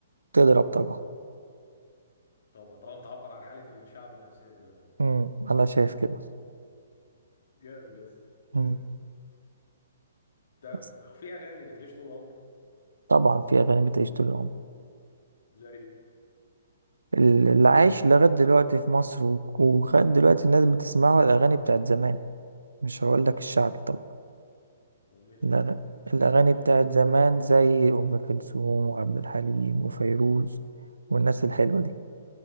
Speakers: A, on the right; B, on the left.
A: تضرب
B: آه
A: طبعا
B: طبعا طالما بتعبر عن حالة الشعب النفسية دلوقتي
A: امم أنا شايف كده
B: جامد يا اسطى جامد
A: امم
B: طب
A: بس
B: في أغاني بتعيش طول العمر
A: طبعا في أغاني بتعيش طول العمر
B: زي
A: اللي عايش لغاية دلوقتي في مصر و- ولغاية دلوقتي الناس بتسمعه الأغاني بتاعت زمان مش هقول لك الشعبي طبعا
B: مملة
A: الأغ-
B: جدا
A: الأغاني
B: مملة
A: بتاعت
B: جدا
A: زمان
B: الأغاني
A: زي
B: دي
A: أم كلثوم وعبد الحليم وفيروز والناس الحلوة دي